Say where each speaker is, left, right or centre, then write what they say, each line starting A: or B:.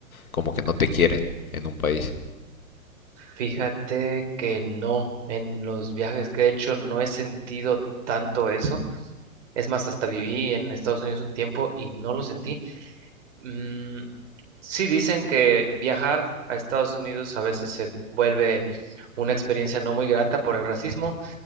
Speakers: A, on the left (about 85°); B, on the right (about 60°).
A: como que no te quieren en un país.
B: Fíjate que no, en los viajes que he hecho no he sentido tanto eso. Es más, hasta viví en Estados Unidos un tiempo y no lo sentí. Mm, sí dicen que viajar a Estados Unidos a veces se vuelve una experiencia no muy grata por el racismo,